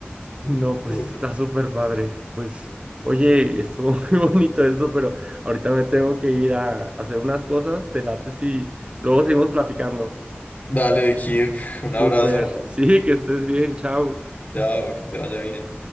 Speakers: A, on the left; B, on the right.
A: Y,
B: No, pues
A: bu-
B: está súper padre. Pues, oye, estuvo <laughs> muy bonito esto, pero ahorita me tengo que ir a hacer unas cosas. Te late si luego seguimos platicando.
A: Dale, Kirk, un abrazo.
B: Súper. <laughs> Sí, que estés bien. Chao.
A: Chao, que te vaya bien.